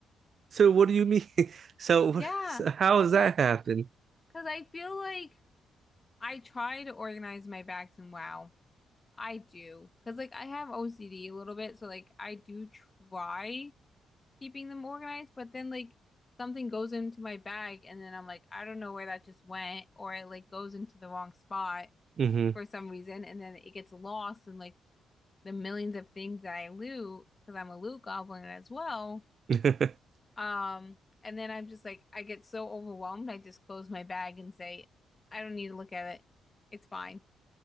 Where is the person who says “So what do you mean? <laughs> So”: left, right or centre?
Right